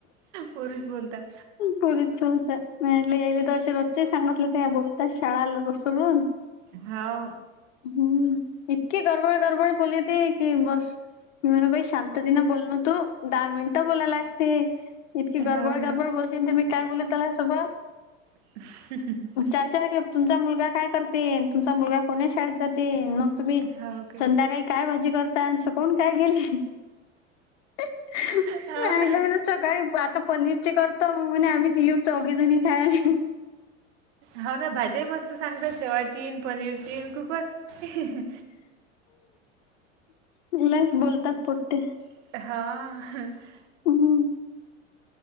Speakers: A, on the right (about 65°); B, on the left (about 60°).
A: पोरूच बोलतात.
B: परीच बोलतात म्हटले येले तर, अे रजचे सांगितले ते बोलतात शाळालासडून.
A: हो.
B: हम्म इतके गरबळ गरबळ बोलेते की बस. <inaudible> बाई शांत. ति बोल ना तू दहा मिनिटं बोलायला लागते, इतकी गडबड
A: हाव
B: गरबड
A: ना.
B: बोलशील तर मी. काय बोलू त्याला सोबत?
A: ह
B: चार चार गे तुमचा मुलगा काय करते आणि तुमचा मुलगा कोणा शाळेत जाते मंग तुम्ही
A: हाव काय
B: संध्याकाळी काय भाजी करता आणि सकळून काय केेली? <unintelligible>
A: हाव ना
B: सकाळी पा त पनीरच करता म्हणे आम्हीच येऊ चौघी जणी खायला.
A: हाव ना भाज्या मस्त सांगतात शेव चीन पनीर चीन खूपच ह
B: मीलाइस बोलतात पटते.
A: हा!
B: हं.